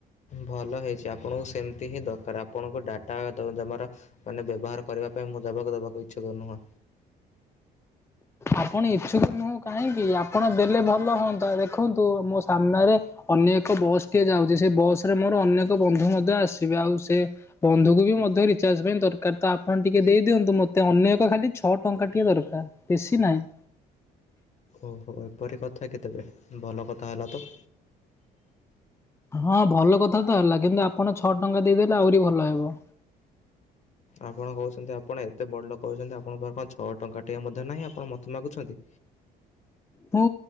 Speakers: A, on the left; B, on the left.
A: ଭଲ ହେଇଛି। ଆପଣଙ୍କୁ ସେମିତି ହିଁ ଦରକାର। ଆପଣଙ୍କୁ ଡାଟା ଦେବାର ମାନେ ବ୍ୟବହାର କରିବା ପାଇଁ ମୁଁ ଦବାକ ଦବାକୁ ଇଚ୍ଛୁକ ନୁହଁ।
B: ଆପଣ ଇଚ୍ଛୁକ ନୁହଁ କାହିଁକି ଆପଣ ଦେଲେ ଭଲ ହୁଅନ୍ତା ଦେଖନ୍ତୁ ମୋ ସାମ୍ନାରେ ଅନ୍ୟ ଏକ ବସ୍ ଟିଏ ଯାଉଛି ସେ ବସ ରେ ମୋର ଅନେକ ବନ୍ଧୁ ମଧ୍ୟ ଆସିବେ ଆଉ ସେ ବନ୍ଧୁକୁ ବି ମଧ୍ୟ ରିଚାର୍ଜ ପାଇଁ ଦରକାର ତ ଆପଣ ଟିକେ ଦେଇ ଦିଅନ୍ତୁ ମତେ ଅନେ ଏକ ଖାଲି ଛଅ ଟଙ୍କା ଟିକେ ଦରକାର। ବେଶୀ ନାହିଁ।
A: ଓହୋ ଏପରି କଥା କି ତେବେ ଭଲ କଥା ହେଲା ତ।
B: ହଁ ଭଲ କଥା ତ ହେଲା କିନ୍ତୁ ଆପଣ ଛଅ ଟଙ୍କା ଦେଇଦେଲେ ଆହୁରି ଭଲ ହେବ।
A: ଆପଣ କହୁଛନ୍ତି ଆପଣ ଏତେ ବଡ଼ ଲୋକ କହୁଛନ୍ତି ଆପଣଙ୍କ ପାଖ କଣ ଛଅ ଟଙ୍କା ଟିକେ ମଧ୍ୟ ନାହିଁ ଆପଣ ମୋତେ ମାଗୁଛନ୍ତି।
B: ହୁଁ।